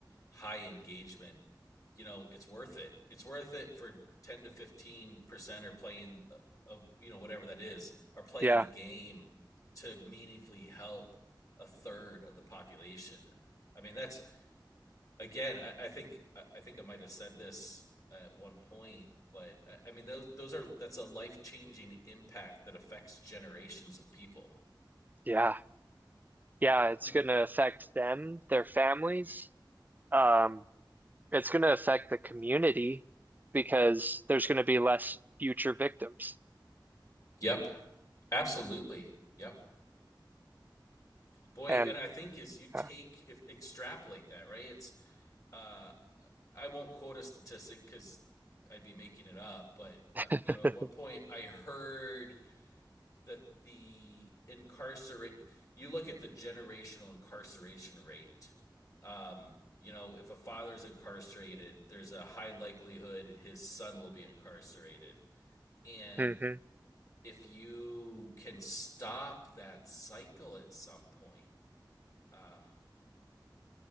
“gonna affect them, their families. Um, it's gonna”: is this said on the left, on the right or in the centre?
Right